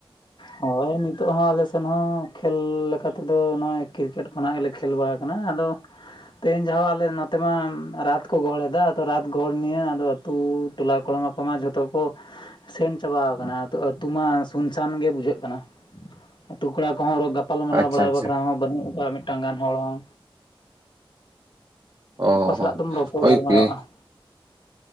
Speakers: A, on the left; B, on the right.
A: ᱦᱳᱭ ᱱᱤᱛᱳᱜ ᱦᱚᱸ ᱟᱞᱮ ᱥᱮᱱ ᱦᱚᱸ ᱠᱷᱮᱞ ᱞᱮᱠᱟ ᱛᱮ ᱫᱚ ᱱᱚᱜᱼᱚᱭ ᱠᱨᱤᱠᱮᱴ ᱠᱷᱚᱱᱟᱜ ᱠᱷᱮᱞ ᱵᱟᱲᱟ ᱠᱟᱱᱟ, ᱟᱫᱚ ᱛᱮᱦᱮᱧ ᱡᱟᱣᱦᱟᱸ ᱟᱞᱮ ᱱᱚᱛᱮ ᱢᱟ ᱨᱟᱛ ᱠᱚ ᱜᱚᱦᱚᱲ ᱮᱫᱟ ᱟᱫᱚ ᱨᱟᱛ ᱜᱚᱦᱚᱲ ᱱᱤᱭᱮ ᱟᱫᱚ ᱟᱹᱛᱩ ᱴᱚᱞᱟ ᱠᱚᱲᱟ ᱠᱚ ᱢᱟᱠᱚ ᱢᱟ ᱡᱷᱚᱛᱚ ᱠᱚ ᱥᱮᱱ ᱪᱟᱵᱟ ᱟᱹᱛᱩ ᱢᱟ ᱥᱩᱱᱥᱟᱱ ᱜᱮ ᱵᱩᱡᱷᱟᱹᱜ ᱠᱟᱱᱟ ᱟᱹᱛᱩ ᱠᱚᱲᱟ ᱠᱚ ᱦᱚᱸ ᱟᱨᱦᱚᱸ ᱜᱟᱯ ᱜᱟᱞᱢᱟᱨᱟᱣ
B: ᱟᱪᱪᱷᱟ
A: ᱵᱟᱲᱟ
B: ᱟᱪᱪᱷᱟ
A: ᱵᱟᱠᱷᱨᱟ ᱦᱚᱸ ᱵᱟᱹᱱᱩᱜ ᱠᱚᱣᱟ ᱢᱤᱫᱴᱟᱝ ᱜᱟᱱ ᱦᱚᱲ ᱦᱚᱸ
B: ᱚ
A: ᱚᱠᱚᱭ ᱥᱟᱞᱟᱜ
B: ᱦᱚᱸ
A: ᱫᱚᱢ ᱨᱚᱯᱚᱲ
B: ᱦᱳᱭ
A: ᱜᱟᱞᱢᱟᱨᱟᱜᱼᱟ?
B: ᱜᱮ